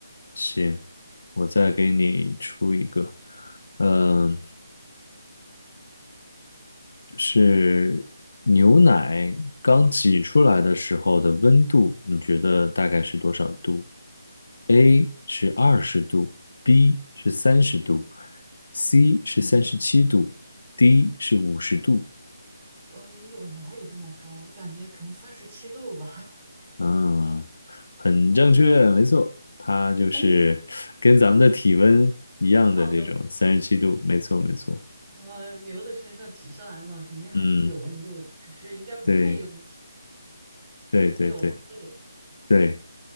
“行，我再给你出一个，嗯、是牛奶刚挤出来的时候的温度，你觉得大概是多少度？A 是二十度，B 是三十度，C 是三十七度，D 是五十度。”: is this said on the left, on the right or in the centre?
Left